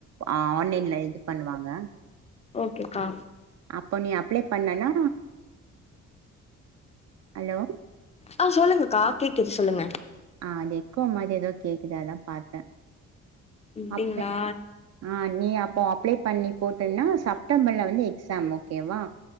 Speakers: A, on the right (about 55°); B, on the left (about 20°).
A: ஆன்லைன்ல இது பண்ணுவாங்க
B: ஓகேக்கா
A: அப்ப நீ அப்ளை பண்ணன்னா அலோ
B: ஆ சொல்லுங்கக்கா கேக்குது சொல்லுங்க
A: ஆ அது எக்கோ மாதிரி எதோ கேக்குது அதா பாத்தே
B: அப்டீங்களா
A: அப்ப ஆ நீ அப்போ அப்ளை பண்ணி போட்டன்னா செப்டம்பர்ல வந்து எக்ஸாம் ஓகேவா